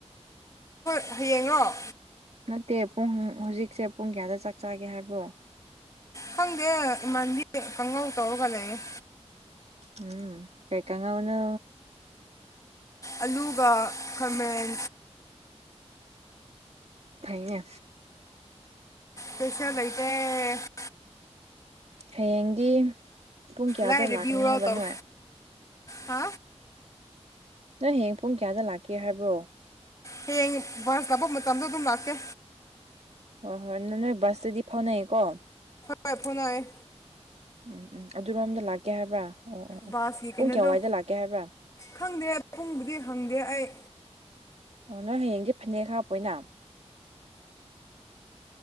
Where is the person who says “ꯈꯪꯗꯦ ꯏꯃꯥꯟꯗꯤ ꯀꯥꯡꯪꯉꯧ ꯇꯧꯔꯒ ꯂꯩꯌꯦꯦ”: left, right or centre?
Left